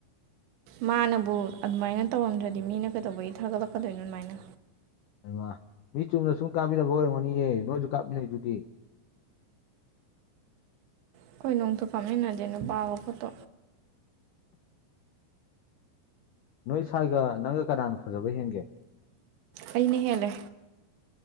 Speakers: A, on the right; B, on the left.
A: ꯃꯥꯅꯕꯨ ꯑꯗꯨꯃꯥꯏꯅ ꯇꯧꯔꯝꯗ꯭ꯔꯥꯗꯤ ꯃꯤꯅ ꯀꯩꯗꯧꯕꯒꯤ ꯊꯥꯒꯠꯂꯛꯀꯥꯗꯣꯏꯅꯣ ꯑꯗꯨꯃꯥꯏꯅ
B: ꯍꯥꯏꯃꯥ ꯃꯤ ꯆꯨꯝꯅ ꯁꯨꯝ ꯀꯥꯞꯃꯤꯟꯅꯕ ꯑꯣꯏꯔꯝꯒꯥꯅꯤꯌꯦ ꯅꯣꯏꯁꯨ ꯀꯥꯞꯃꯤꯟꯅꯩꯗꯨꯗꯤ
A: ꯑꯈꯣꯏ ꯅꯣꯡꯇꯥ ꯀꯥꯞꯃꯤꯟꯅꯗꯦ ꯅꯨꯄꯥꯒꯥ ꯐꯣꯇꯣ
B: ꯅꯣꯏ ꯁꯥꯏꯒꯥ ꯅꯪꯒꯥ ꯀꯅꯥꯅ ꯐꯖꯕ ꯍꯦꯟꯒꯦ
A: ꯑꯩꯩꯅ ꯍꯦꯜꯂꯦ